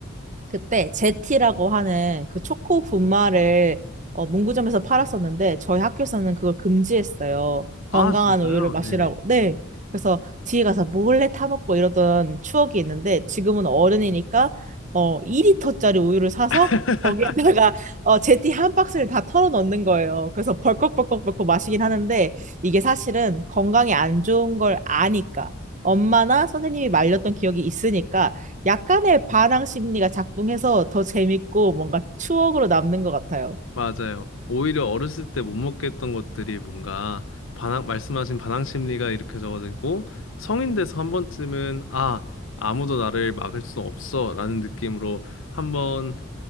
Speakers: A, on the right; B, on the left.
A: 그때 제티라고 하는 그 초코 분말을 어, 문구점에서 팔았었는데 저희 학교에서는 그걸 금지했어요. 건강한
B: 아 진짜요?
A: 우유를 마시라고.
B: 네네.
A: 네. 그래서 뒤에 가서 몰래 타먹고 이러던 추억이 있는데 지금은 어른이니까 어, 2리터짜리 우유를 사서
B: <laughs>
A: 거기에다가 어, 제티 한 박스를 다 털어 넣는 거예요. 그래서 벌컥벌컥벌컥 마시긴 하는데 이게 사실은 건강에 안 좋은 걸 아니까 엄마나 선생님이 말렸던 기억이 있으니까 약간의 반항 심리가 작동해서 더 재밌고 뭔가 추억으로 남는 것 같아요.
B: 맞아요. 오히려 어렸을 때 못 먹겠던 것들이 뭔가 반항, 말씀하신 반항 심리가 일으켜져가지고 성인 돼서 한 번쯤은 아, 아무도 나를 막을 수 없어 라는 느낌으로 한번